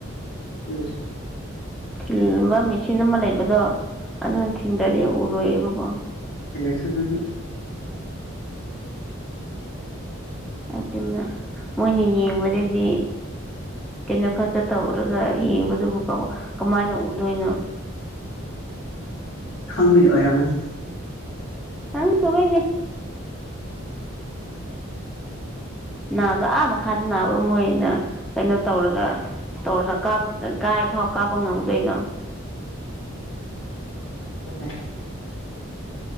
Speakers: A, on the left; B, in the centre.
A: ꯎꯝ
B: ꯊꯤꯟꯕ ꯃꯦꯆꯤꯟ ꯑꯃ ꯂꯩꯕꯗꯣ ꯑꯗꯨꯅ ꯊꯤꯟꯗ꯭ꯔꯗꯤ ꯎꯔꯣꯏꯌꯦꯕꯀꯣ
A: ꯁꯒꯗꯤ
B: ꯑꯗꯨꯅ ꯃꯣꯏꯅ ꯌꯦꯡꯕꯗꯗꯤ ꯀꯩꯅ ꯈꯛꯇꯇ ꯇꯧꯔꯒ ꯌꯦ ꯕꯨ ꯀꯃꯥꯏꯅ ꯎꯗꯣꯏꯅꯣ
A: ꯈꯪꯕꯒꯤ ꯑꯣꯏꯔꯝꯒꯅꯤ
B: ꯅꯪ ꯊꯣꯏꯅꯦꯦ ꯅꯥꯕꯗ ꯑꯥ ꯃꯈꯥꯗ ꯅꯥꯕ ꯃꯣꯏꯅ ꯀꯩꯅꯣ ꯇꯧꯔꯒ ꯇꯧꯔ ꯀꯥꯕ ꯀꯥꯏ ꯐꯥꯎ ꯀꯥꯞꯄ ꯉꯝꯗꯣꯏꯅꯣ
A: ꯑꯗꯦ